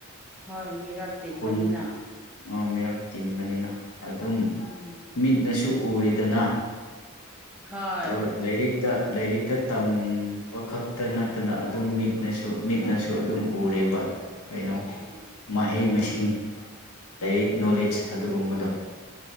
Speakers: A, in the centre; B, on the left.
A: ꯍꯣꯏ ꯃꯤꯔꯛ ꯇꯤꯟꯕꯅꯤꯅ
B: ꯈꯨꯟ ꯃꯤꯔꯛ ꯇꯤꯟꯕꯅꯤꯅ ꯑꯗꯨꯝ
A: ꯎꯝ
B: ꯃꯤꯠꯅꯁꯨ ꯎꯔꯤꯗꯅ
A: ꯍꯣꯏ
B: ꯇꯧꯔꯛ ꯂꯥꯏꯔꯤꯛꯇ ꯂꯥꯏꯔꯤꯛ ꯇ ꯇꯝꯕ ꯈꯛꯇ ꯅꯠꯇꯅ ꯑꯗꯨꯝ ꯃꯤꯠꯅꯁꯨ ꯃꯤꯠꯅꯁꯨ ꯑꯗꯨꯝ ꯎꯔꯦꯕ ꯀꯩꯅꯣ
A: ꯎꯝ
B: ꯃꯍꯩ ꯃꯁꯤꯡ ꯁꯤꯡ ꯂꯥꯏꯔꯤꯛ ꯅꯣꯂꯦꯖ ꯑꯗꯨꯒꯨꯝꯕꯗꯣ